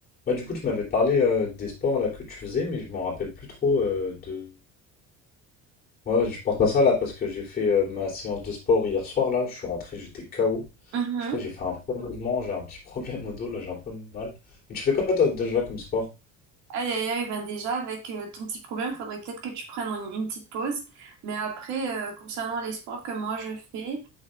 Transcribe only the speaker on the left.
Ouais, du coup, tu m'avais parlé euh, des sports là que tu faisais, mais je m'en rappelle plus trop euh, de. Moi, je pense à ça là parce que j'ai fait euh, ma séance de sport hier soir là. Je suis rentré, j'étais KO.
Je crois que j'ai fait un faux mouvement, j'ai un petit problème au dos là, j'ai un peu mal. Mais tu fais quoi toi déjà comme sport?